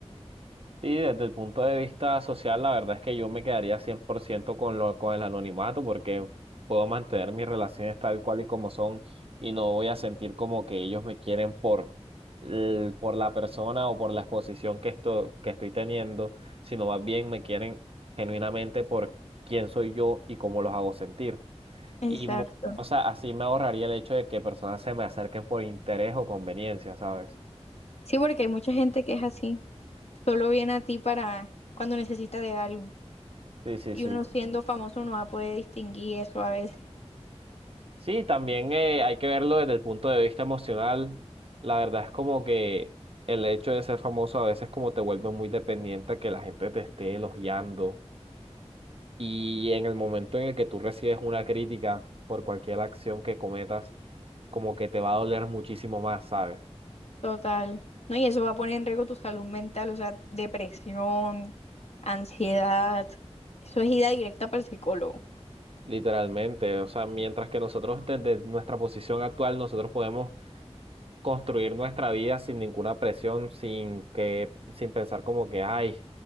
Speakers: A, on the right (about 60°); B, on the left (about 70°).
A: Sí, desde el punto de vista social, la verdad es que yo me quedaría 100% con lo, con el anonimato porque puedo mantener mis relaciones tal cual y como son y no voy a sentir como que ellos me quieren por, el- por la persona o por la exposición que, esto, que estoy teniendo, sino más bien me quieren genuinamente por quién soy yo y cómo los hago sentir.
B: Exacto.
A: Y, mu- o sea, así me ahorraría el hecho de que personas se me acerquen por interés o conveniencia, ¿sabes?
B: Sí, porque hay mucha gente que es así, solo viene a ti para cuando necesita de algo
A: Sí, sí,
B: y
A: sí.
B: uno siendo famoso no va a poder distinguir eso a veces.
A: Sí, también eh, hay que verlo desde el punto de vista emocional. La verdad es como que el hecho de ser famoso a veces como te vuelve muy dependiente a que la gente te esté elogiando. Y en el momento en el que tú recibes una crítica por cualquier acción que cometas, como que te va a doler muchísimo más, ¿sabes?
B: Total. No, y eso va a poner en riesgo tu salud mental, o sea, depresión, ansiedad. Eso es ida directa para el psicólogo.
A: Literalmente, o sea, mientras que nosotros desde nuestra posición actual, nosotros podemos construir nuestra vida sin ninguna presión, sin que, sin pensar como que, ay,